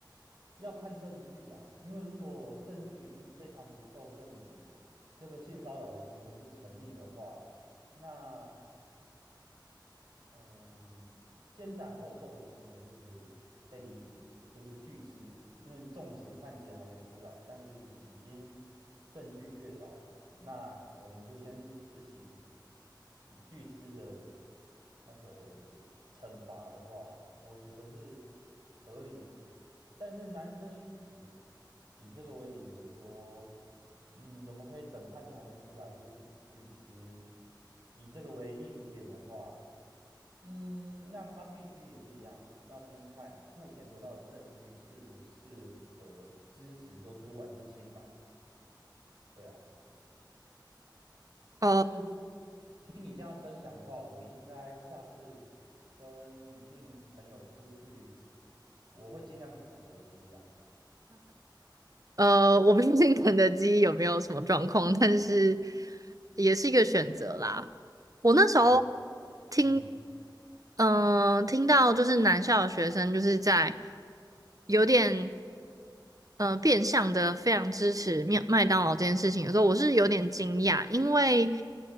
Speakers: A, on the right; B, on the right.
A: 要看证据啦，因为如果证据已经非常足够证明这个性骚扰的行为是成立的话，那嗯，先斩后奏的行为是可以被理解的，就是据吃，因为纵使判决还没出来，但是已经证据确凿了，那我们就先执行嗯据吃的那个惩罚的话，我觉得是合理的。但是男生因此以这个为理由说，嗯，怎么可以等判决还没出来就去据吃？以这个为立足点的话。嗯，那他必须也是一样，要先看目前得到的证据是不是呃支持说主管是清白的，对啊。
B: 哦，
A: 但是听你这样分享的话，我应该下次跟女性朋友出去，我会尽量去肯德基啦。
B: 呃，我不确定肯德基有没有什么状况，但是也是一个选择啦。我那时候
A: 了，
B: 听
A: 嗯
B: 嗯，听到就是南校的学生就是在有点呃变相的非常支持麦麦当劳这件事情的时候，我是有点惊讶，因为